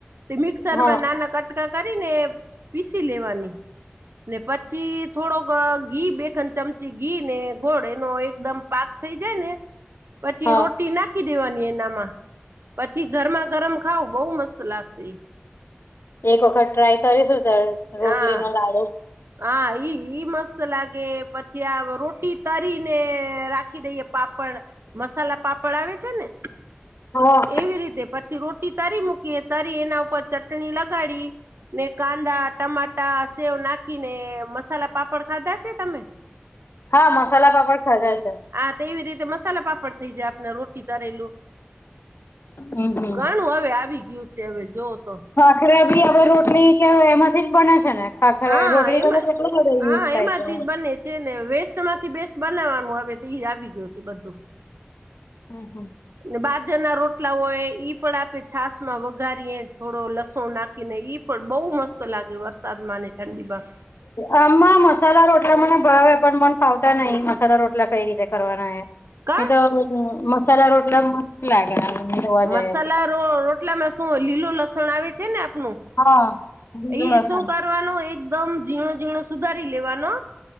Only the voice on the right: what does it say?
તે મિક્સરમાં
નાના કટકા કરીને પીસી લેવાની. ને પછી થોડોક ઘી બેસન ચમચી ઘી ને ગોળ એનો એકદમ પાક થઈ જાય ને પછી
રોટી નાખી દેવાની એનામાં. પછી ગરમા ગરમ ખાવ બહુ મસ્ત લાગશે ઈ.
હા
હા ઈ મસ્ત લાગે પછી આ રોટી તળીને. નાખી દઈએ પાપડ મસાલા પાપડ આવે છે ને.
એવી રીતે પછી રોટી તરી મૂકી તરી એના ઉપર ચટણી લગાડી. ને કાંદા ટમાટા સેવ નાખીને મસાલા પાપડ ખાધા છે તમે.
આ તેવી રીતે મસાલા પાપડ થઈ જાય આપણે રોટી તરેલું.
ઘણું હવે આવી ગયું છે હવે જોવ તો.
હા
એમાં
હા
એમાંથી
જ બને છે ને વેસ્ટ માંથી બેસ્ટ બનાવાનું હવે તો એ આવી ગયું છે બધું.
ને બાજરના રોટલાઓ એ ઈ પણ આપે છાસ માં વઘારીએ થોડો લસણ નાખીને ઈ. પણ બહુ મસ્ત લાગે વરસાદ માને ઠંડીમાં.
કા
મસાલા
રો રોટલામાં શું લીલું લસણ આવે છે ને આપનું.
ઈ
શું કરવાનું એકદમ ઝીણો ઝીણો સુધારી લેવાનો.